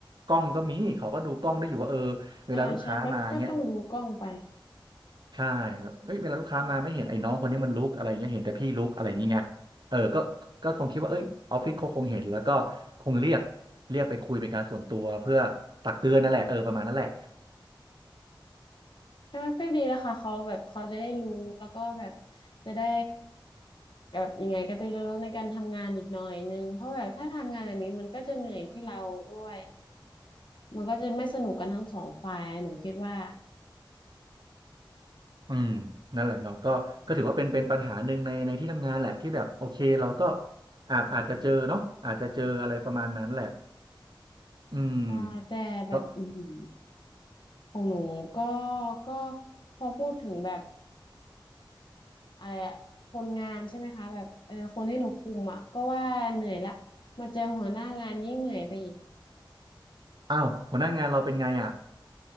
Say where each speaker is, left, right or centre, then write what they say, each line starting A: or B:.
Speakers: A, on the right; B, on the left.
A: กล้องก็มีเขาก็ดูกล้องได้อยู่ว่าเออเวลาลูกค้ามาเงี้ย
B: ใช่ใช่ก็ก็ต้องดูกล้องไป
A: ใช่แบบเอ้ยเวลาลูกค้ามาไม่เห็นไอ้น้องคนนี้มันลุกอะไรเงี้ยเห็นแต่พี่ลุกอะไรอย่างเงี้ยเออก็ก็คงคิดว่าเอ้ยออฟฟิศเขาคงเห็นแล้วก็คงเรียกเรียกไปคุยเป็นการส่วนตัวเพื่อตักเตือนนั่นแหละเออประมาณนั้นแหละ
B: ก็ก็ดีแล้วค่ะเขาแบบเขาจะได้รู้แล้วก็แบบจะได้แบบยังไงกระตือรือร้นในการทำงานอีกหน่อยนึงเพราะแบบถ้าทำงานแบบนี้มันก็จะเหนื่อยที่เราด้วยมันก็จะไม่สนุกกันทั้งสองฝ่ายหนูคิดว่า
A: อืมนั่นแหละเนาะก็ก็ถือว่าเป็นเป็นปัญหาหนึ่งในในที่ทำงานแหละที่แบบโอเคเราก็อาจอาจจะเจอเนาะอาจจะเจออะไรประมาณนั้นแหละอืม
B: ใช่แต่แบบอือหือ
A: ก็
B: ของหนูก็ก็พอพูดถึงแบบอะไรอะคนงานใช่ไหมคะแบบเออคนที่หนูคุมอ่ะก็ว่าเหนื่อยละมาเจอหัวหน้างานยิ่งเหนื่อยไปอีก
A: อ้าวหัวหน้างานเราเป็นไงอ่ะ